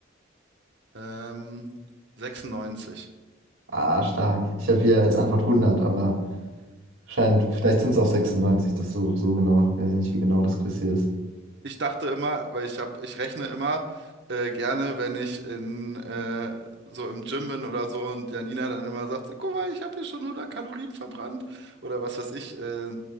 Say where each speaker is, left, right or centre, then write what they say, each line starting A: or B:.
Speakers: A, on the right (about 55°); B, on the right (about 80°).
A: ähm, 96.
B: Ah, stark. Ich habe hier als Antwort hundert aber scheint, vielleicht sind es auch 96 das so, so genau. Weiß ich nicht, wie genau das Quiz hier ist.
A: Ich dachte immer, weil ich hab, ich rechne immer äh, gerne, wenn ich in äh, so im Gym bin oder so und Janina dann immer sagt, so, guck mal, ich habe hier schon hundert Kalorien verbrannt oder was weiß ich, äh,